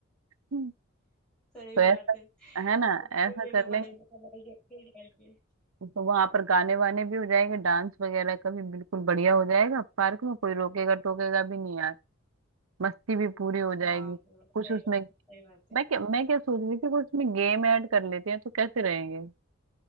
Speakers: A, on the right; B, in the centre.
A: तो
B: सही बात
A: ऐसा
B: है
A: है
B: हमको
A: ना ऐसा
B: ही देने
A: कर
B: पड़ेगा
A: लेंगे
B: हमारे जेब से ही जाएंगे
A: तो वहां पर गाने वाने भी हो जाएंगे डांस वगैरह का भी बिल्कुल बढ़िया हो जाएगा पार्क में कोई रोकेगा टोकेगा भी
B: हाँ
A: नहीं यार मस्ती भी पूरी
B: हम्म,
A: हो जाएगी
B: हाँ, बराबर सही
A: कुछ उसमें
B: बात है सही बात है
A: मैं क्या मैं क्या सोच रही थी कुछ उसमें गेम ऐड कर लेते हैं तो कैसे रहेंगे